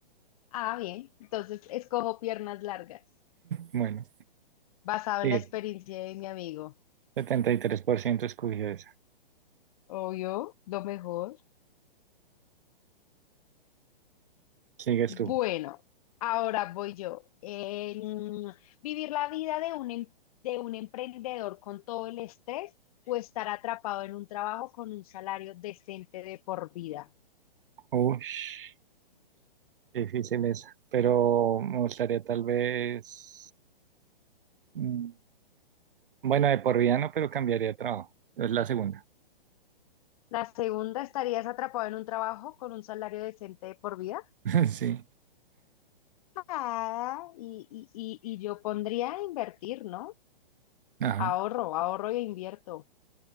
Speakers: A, on the left; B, on the right.
A: Ah, bien, entonces escojo piernas largas,
B: Bueno,
A: basado
B: sí,
A: en la experiencia de mi amigo.
B: 73% escogió esa.
A: Obvio, lo mejor.
B: Sigues
A: Bueno,
B: tú.
A: ahora voy yo. En- ¿vivir la vida de un, em- de un emprendedor con todo el estrés o estar atrapado en un trabajo con un salario decente de por vida?
B: Ush, difícil esa. Pero me gustaría tal vez. mm, Bueno, de por vida no, pero cambiaría de trabajo. Es la segunda.
A: La segunda, estarías atrapado en un trabajo con un salario decente de por vida.
B: <laughs> Sí.
A: Ah, y, y, y, y yo pondría a invertir, ¿no?
B: Ajá.
A: Ahorro, ahorro e invierto.